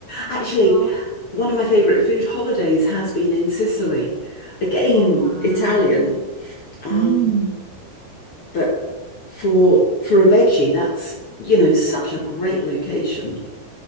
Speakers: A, on the left; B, on the right.
A: Actually,
B: Well,
A: one of my favorite food holidays has been in Sicily. Again,
B: Oh, wow.
A: Italian. Um,
B: Mm,
A: but for for a veggie, that's, you know, such a great location.